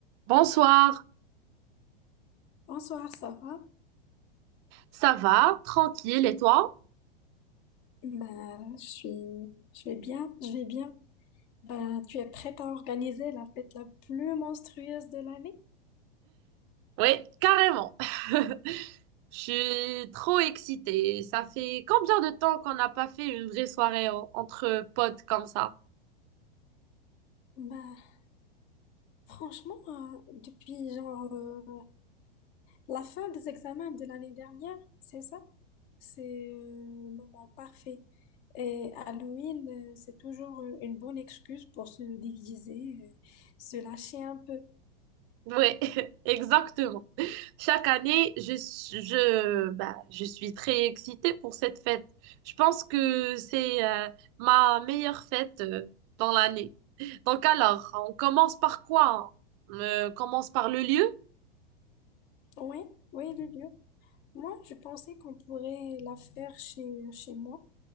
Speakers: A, on the right (about 30°); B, on the left (about 35°).
A: Bonsoir,
B: Bonsoir, ça va?
A: ça va? Tranquille, et toi?
B: Bah, je suis, je vais bien, je vais bien. Bah, tu es prête à organiser la fête la plus monstrueuse de l'année?
A: Oui, carrément. <laughs> Je suis trop excitée. Ça fait combien de temps qu'on n'a pas fait une vraie soirée en- entre potes comme ça?
B: Bah, franchement, euh, depuis genre euh, la fin des examens de l'année dernière, c'est ça? C'est euh, le moment parfait. Et Halloween, euh, c'est toujours euh, une bonne excuse pour se déguiser, euh, se lâcher un peu.
A: Oui, <laughs> exactement. Chaque année, je, suis- je, bah, je suis très excitée pour cette fête. Je pense que c'est euh, ma meilleure fête euh, dans l'année. Donc alors, on commence par quoi? On euh, commence par le lieu?
B: Oui, oui, le lieu. Moi, je pensais qu'on pourrait la faire chez, chez moi.